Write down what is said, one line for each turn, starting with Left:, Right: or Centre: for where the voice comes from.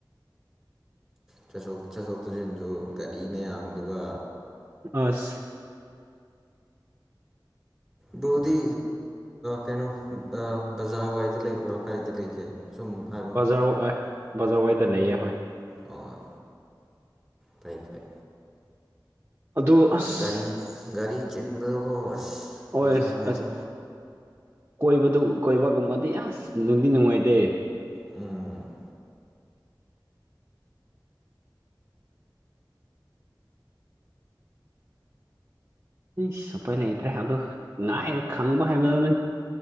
Centre: ꯆꯠꯊꯣꯛ ꯆꯠꯊꯣꯛ ꯆꯠꯁꯤꯟꯁꯨ ꯒꯥꯔꯤ ꯃꯌꯥꯝꯗꯨꯒ
Right: ꯑꯁ
Centre: ꯕꯕꯨꯗꯤ ꯀꯩꯅꯣ ꯕꯖꯥꯔ ꯋꯥꯏꯗ ꯂꯩꯕ꯭ꯔꯥ ꯀꯥꯏꯗ ꯂꯩꯒꯦ ꯁꯨꯝ ꯍꯥꯏꯕ
Right: ꯕꯖꯥꯔ ꯕꯖꯥꯔꯋꯗ ꯂꯩꯌꯦꯦ ꯍꯣꯏ
Centre: ꯑ ꯐꯩ ꯐꯩ
Right: ꯑꯗꯨ ꯑꯁ
Centre: ꯒꯥꯔꯤ ꯒꯥꯔꯤ ꯆꯤꯟꯕꯗꯨꯒꯣ ꯑꯁ
Right: ꯍꯣꯏ
Centre: ꯍꯖꯥꯔꯨꯋꯥꯏꯗꯣ
Right: ꯑꯁ ꯀꯣꯏꯕꯗꯨ ꯀꯣꯏꯕꯒꯨꯝꯕꯗꯤ ꯑꯁ ꯅꯨꯡꯗꯤ ꯅꯨꯡꯉꯥꯏꯇꯦ
Centre: ꯎꯝ
Right: ꯑꯩ ꯁꯨꯄꯩ ꯂꯩꯇ꯭ꯔꯦ ꯑꯗꯨꯗ ꯉꯥꯏ ꯈꯪꯕ ꯍꯥꯏꯕꯗꯨꯅꯦ